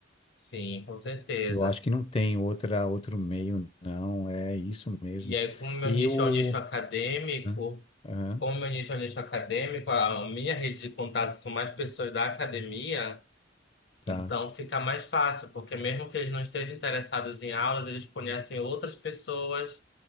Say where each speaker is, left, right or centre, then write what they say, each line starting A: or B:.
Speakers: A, on the left; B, on the left.
A: Sim, com certeza.
B: Eu acho que não tem outra, outro meio, não. É isso mesmo.
A: E aí, como meu
B: E
A: nicho
B: o.
A: é um nicho acadêmico,
B: Hã? Aham,
A: Como meu nicho é um nicho acadêmico, a minha rede de contatos são mais pessoas da academia,
B: tá,
A: então fica mais fácil, porque mesmo que eles não estejam interessados em aulas, eles conhecem outras pessoas